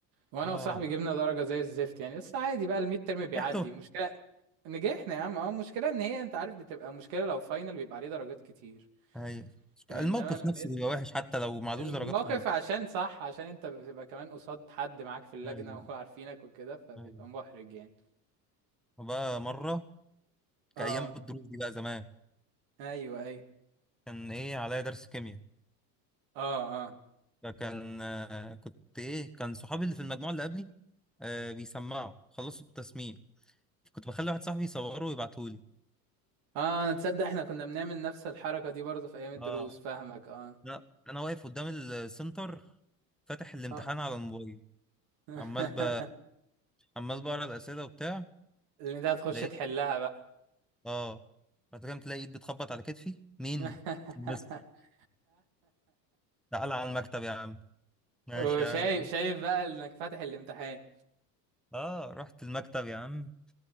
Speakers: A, on the right; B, in the centre.
A: وانا
B: اه
A: وصاحبي جبنا درجه زي الزفت يعني بس عادي بقى الميد ترم بيعدي
B: ريحته
A: المشكله نجحنا يا عم اه المشكله ان هي انت عارف بتبقى مشكله لو فاينل بيبقى عليه درجات كتير
B: ايوه
A: يعني
B: الموقف
A: انما الميد
B: نفسه بيبقى وحش حتى لو معلوش
A: الموقف
B: درجات خالص
A: عشان صح عشان انت بتبقى كمان قصاد حد معاك في اللجنه
B: ايوه
A: <laughs> وعارفينك وكده فبيبقى
B: ايوه
A: محرج يعني
B: وبقى مرة
A: اه
B: كأيام الدروس دي بقى زمان
A: ايوه ايوه
B: كان ايه عليا درس كيمياء
A: اه اه
B: فكان آه، كنت ايه كان صحابي اللي في المجموعه اللي قبلي آه بيسمعوا خلصوا التسميع كنت بخلي واحد صاحبي يصوره ويبعتهولي
A: اه تصدق احنا كنا بنعمل نفس الحركه دي برضه في ايام الدروس
B: اه
A: فاهمك اه
B: لا انا واقف قدام السنتر فاتح الامتحان
A: آه.
B: على الموبايل
A: <laughs>
B: عمال ب عمال بقرا الاسئله وبتاع
A: اللي انت هتخش
B: لقيت
A: تحلها بقى
B: اه بعد كده تلاقي ايد بتخبط على كتفي مين
A: <laughs>
B: المستر تعالى على المكتب يا عم ماشي
A: وشايف
B: يا عم
A: شايف بقى انك فاتح الامتحان
B: اه رحت المكتب يا عم